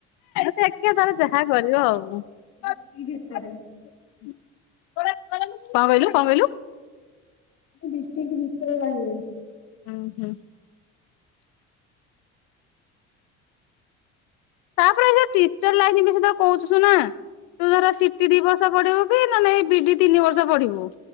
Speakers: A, on the left; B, on the left.
A: ମେ ତାର ଯାହା କରିବ ଆଉ <unintelligible>
B: ଡିଷ୍ଟ୍ରିକ୍ଟ ଭିତରେ
A: କନ କଇଲୁ କନ କଇଲୁ।
B: ଡିଷ୍ଟ୍ରିକ୍ଟ ଭିତରେ ରହେ।
A: ହୁଁ ହୁଁ ତାପରେ ସେ ଟିଚର ଲାଇନ ବି ସେ କହୁଚୁ ସୁନା ତୁ ଧର ସିଟି ଦି ବର୍ଷ ପଢ଼ିବୁ ସେଇଡା ନାଇଁ ବିଡି ତିନି ବର୍ଷ ପଢିବୁ।